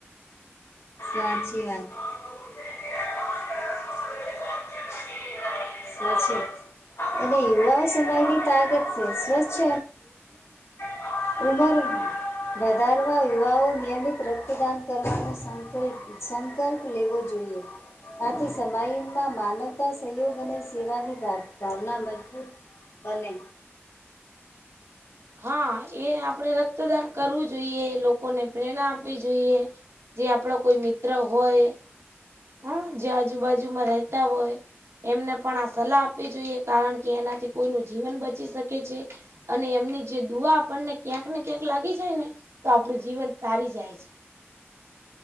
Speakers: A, on the left (about 80°); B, on the right (about 80°).
A: હાચી વાત. <unintelligible> અનેય યુવાઓ સમયની તાકાત <unintelligible> ઉંમર વધારવા યુવાઓ નિયમિત રક્તદાન કરવાનો સંકલ્પ સંકલ્પ લેવો જોઈએ. આથી સમાયમાં માનવતા સહયોગ અને સેવાની <unintelligible> મજબૂત બને.
B: હા એ આપણેે રક્તદાન કરવું જોઈએ લોકોને પ્રેરણા આપવી જોઈએ. જે આપણો કોઈ મિત્ર હોય. હમ જે આજુબાજુમાં રહેતા હોય. એમને પણ આ સલાહ આપવી જોઈએ કારણ કે એનાથી કોઈનું જીવન બચી શકે છે. અને એમની જે દુઆ આપણને ક્યાંક ને ક્યાંક લાગી જાય ને તો આપણું જીવન તારી જાય છે